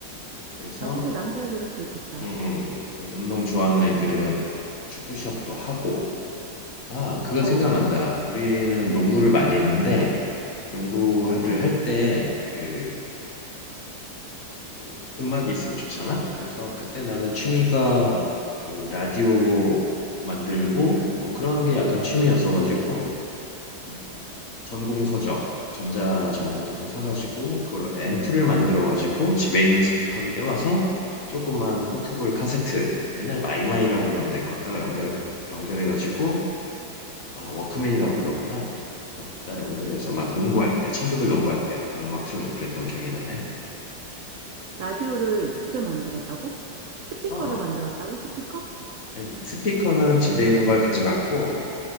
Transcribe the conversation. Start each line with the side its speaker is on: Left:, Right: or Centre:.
Left: 그래서,
Right: 아, 그치. 남자애들은
Left: 응,
Right: 그렇겠다.
Left: 응. 응. 그래서 운동 좋아하는 애들은 축구 시합도 하고. 아, 그거
Right: 어.
Left: 생각난다. 우리는 농구를 많이 했는데, 농구를
Right: 어.
Left: 할 때, 그, 그 음악이 있으면 좋잖아? 그래서 그때 나는 취미가
Right: 어.
Left: 그 라디오 만들고, 뭐 그런 게 약간 취미였어가지고, 그 막 전공서적 전자 전공서적 사가지고 그걸로 앰프를 만들어가지고 집에 있는 스피커를 떼와서 조그만 포터블 카세트 옛날에 마이마이라고 불렀는데 걷다가 연결해 연결해가지고 아 워크맨이라고 불렀구나 걷다 연결해서 막 농구할 때 친구들 농구할 때 옆에서 음악 틀어주고 그랬던 기억이 나네
Right: 라디오를 직접 만들었다고? 스피커를
Left: 어
Right: 만들었다고? 스피커?
Left: 아니, 스피커는 집에
Right: 스,
Left: 있는 걸 가져갔고